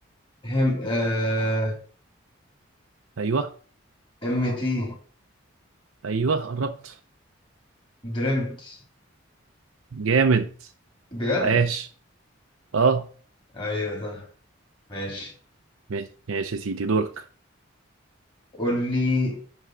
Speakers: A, on the left; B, on the right.
A: هم آه
B: ايوه
A: امتي
B: ايوه قربت
A: درمت
B: جامد
A: بجد
B: عاش اه
A: ايوه صح ماشي
B: ماشي ماشي يا سيدي دورك
A: قول لي